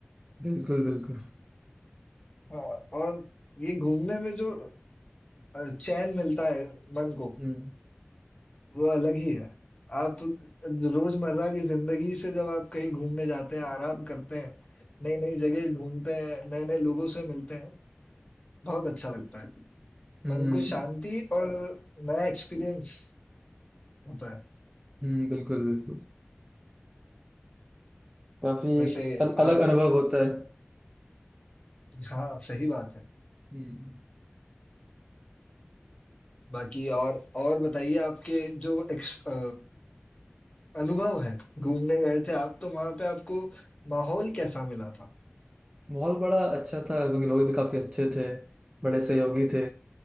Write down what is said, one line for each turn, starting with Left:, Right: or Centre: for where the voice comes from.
Right: बिल्कुल बिल्कुल
Left: हाँ और ये घूमने में जो अ, चैन मिलता है मन को
Right: हम्म
Left: वो अलग ही है। आप रोजमर्रा की जिंदगी से जब आप कहीं घूमने जाते हैं, आराम करते हैं, नई-नई जगह ढूँढते हैं, नए-नए लोगों से मिलते हैं, बहुत अच्छा लगता है।
Right: हम्म
Left: मन को शांति और नया एक्सपीरियंस होता है।
Right: हम्म बिल्कुल बिल्कुल काफी
Left: वैसे
Right: एक अल, अलग
Left: आप
Right: अनुभव होता है
Left: हाँ, सही बात है।
Right: हम्म
Left: बाकी और और बताइए आपके जो एक्स अ, अनुभव है, घूमने गए थे आप, तो वहाँ पे आपको माहौल कैसा मिला था?
Right: माहौल बड़ा अच्छा था क्योंकि लोग भी काफी अच्छे थे बड़े सहयोगी थे